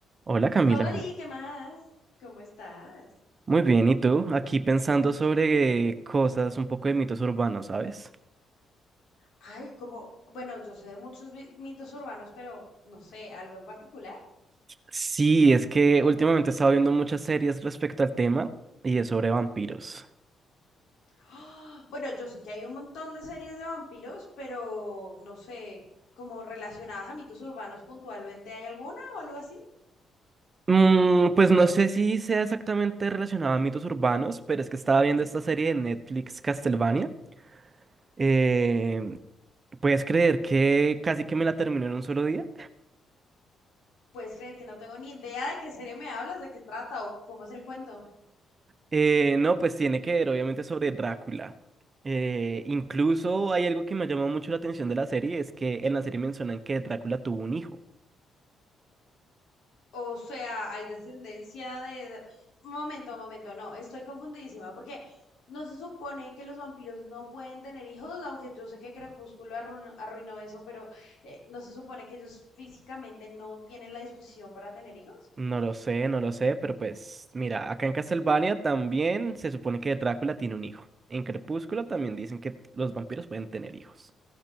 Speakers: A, on the right; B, on the left.
A: Hola Camila,
B: Oli, ¿qué más? ¿Cómo estás?
A: muy bien, ¿y tú? Aquí pensando sobre cosas, un poco de mitos urbanos, ¿sabes?
B: Ay, como, bueno, yo sé de muchos mi- mitos urbanos, pero no sé, algo en particular. <gasps>
A: Sí, es que últimamente he estado viendo muchas series respecto al tema y es sobre vampiros.
B: ¡Ah! Bueno, yo sé que hay un montón de series de vampiros, pero no sé, como relacionadas a mitos urbanos puntualmente, ¿hay alguna o algo así?
A: Mm, pues no sé si sea exactamente relacionado a mitos urbanos, pero es que estaba viendo
B: Ujú.
A: esta serie de Netflix Castlevania. Eh, ¿puedes creer que casi que me la terminé en un solo día?
B: ¿Puedes creer que no tengo ni idea de qué serie me hablas, de qué trata o cómo es el cuento?
A: Eh, no, pues tiene que ver obviamente sobre Drácula. Eh, incluso hay algo que me llamó mucho la atención de la serie, es que en la serie mencionan que Drácula tuvo un hijo.
B: O sea, hay descendencia de... dra- Momento, momento, no, estoy confundidísima porque no se supone que los vampiros no pueden tener hijos, aunque yo sé que Crepúsculo arruinó, arruinó eso, pero eh, no se supone que ellos físicamente no tienen la disposición para tener hijos.
A: No lo sé, no lo sé, pero pues mira, acá en Castlevania también se supone que Drácula tiene un hijo. En Crepúsculo también dicen que los vampiros pueden tener hijos.